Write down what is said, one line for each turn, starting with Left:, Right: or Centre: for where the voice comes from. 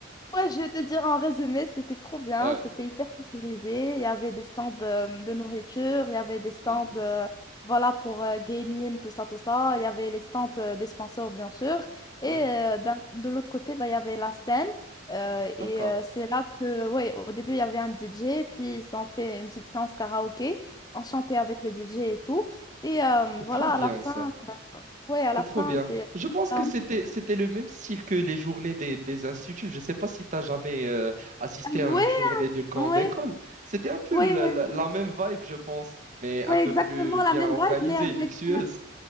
Left: Ouais, je vais te dire en résumé, c'était trop bien,
Right: Ouais.
Left: c'était hyper sécurisé. Il y avait des stands euh, de nourriture, il y avait des stands
Right: Mhm.
Left: euh, voilà, pour euh, gaming, tout ça, tout ça. Il y avait les stands euh, des sponsors, bien sûr. Et
Right: Ouais,
Left: euh, d'un- de l'autre côté, bah, il y avait la scène. Euh, et
Right: d'accord.
Left: euh, c'est là que, ouais, au début, il y avait un DJ, puis ils ont fait une petite séance karaoké, on chantait avec le DJ et tout. Et euh,
Right: C'est
Left: voilà,
Right: trop bien
Left: à la fin,
Right: ça.
Left: ouais, à
Right: C'est
Left: la
Right: trop
Left: fin,
Right: bien.
Left: c'est...
Right: Je pense que
Left: euh,
Right: c'était c'était le même style que les journées des, des instituts. Je ne sais pas si tu as jamais euh, assisté
Left: ouais,
Right: à une journée d'une grande
Left: ouais,
Right: école. C'était un peu
Left: ouais,
Right: la,
Left: ouais.
Right: la- la même vibe, je pense, mais un
Left: Oui,
Right: peu
Left: exactement
Right: plus
Left: la
Right: bien
Left: même
Right: organisée,
Left: vibe, mais avec
Right: luxueuse,